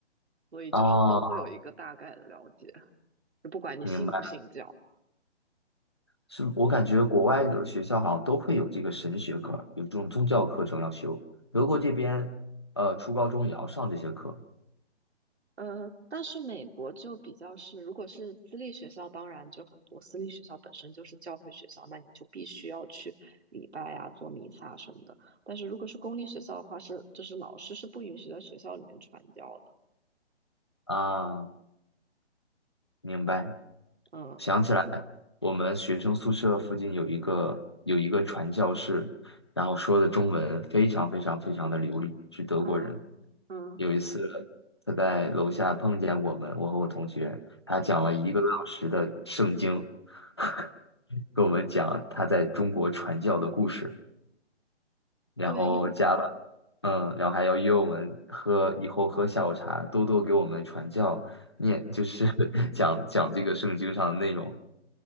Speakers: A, on the right; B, on the left.
A: 所以就是都会有一个大概的了解。
B: 啊，
A: 就不管你信不信教。
B: 明白。是我感觉国外的学校好像都会有这个神学课，有这种宗教课程要修。德国这边呃，初高中也要上这些课
A: 呃，但是美国就比较是，如果是私立学校，当然就很多私立学校本身就是教会学校，那你就必须要去礼拜啊、做弥撒什么的。但是如果是公立学校的话，是就是老师是不允许在学校里面传教的。
B: 啊，明白。
A: 嗯
B: 想起来，我们学生宿舍附近有一个有一个传教士，然后说的中文非常非常非常的流利，是德国人。
A: 嗯嗯
B: 有一次他在楼下碰见我们，我和我同学，他讲了一个多小时的圣经，
A: 嗯，
B: <laughs> 跟我们讲他在中国传教的故事，然后加了。
A: 对，因为
B: 嗯，然后还要约我们喝，以后喝下午茶，多多给我们传教，念就是 <laughs> 讲讲这个圣经上的内容。